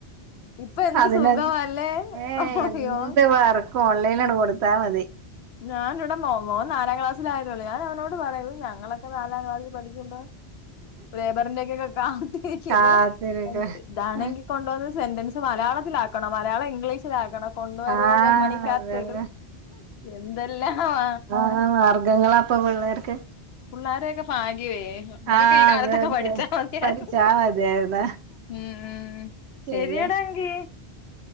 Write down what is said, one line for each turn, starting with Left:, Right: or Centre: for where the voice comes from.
Left: ഇപ്പൊ എന്ത്
Right: അതിനെ
Left: സുഖമല്ലേ
Right: ഏഹ്
Left: അയ്യോ
Right: എന്ത് ന്ത് വർക്കും ഓൺലൈനാണ്ട് കൊടുത്താമതി
Left: ഞാന് ഇവിടെ മോ മോൻ നാലാം ക്ലാസിലായതോള്ളേ ഞാൻ അവനോട് പറയും ഞങ്ങളൊക്കെ നാലാക്ലാസ്സിൽ പഠിക്കുമ്പോ ലേബറിന്ത്യക്കൊക്കെ ക്കാത്തിരിക്കു
Right: കാത്തിരിക്ക
Left: ഇത് ഇതാണെങ്കി കൊണ്ടു വന്ന് സെന്റൻസ് മലയാളത്തിലാക്കണം മലയാളം ഇംഗ്ലീഷിലാക്കണം കൊണ്ട് വരുവ
Right: ആഹ്
Left: ജമനിക്കാത്തിടും
Right: അതെ അതെ
Left: എന്തെല്ലാമാ
Right: ആഹ് മാർഗങ്ങളപ്പപിള്ളേർക്ക്
Left: പുള്ളോരൊക്കെ ഭാഗ്യവേ നമ്മക്കൊക്കെ
Right: ആഹ്
Left: ഈ കാലത്തൊക്കെ
Right: അതെ അതെ
Left: പഠിച്ചാ മതിയായിര്ന്നു
Right: പഠിച്ചാ മതിയായിരുന്ന്
Left: ഉം
Right: ശരിയാ
Left: ശെരിയടാങ്കി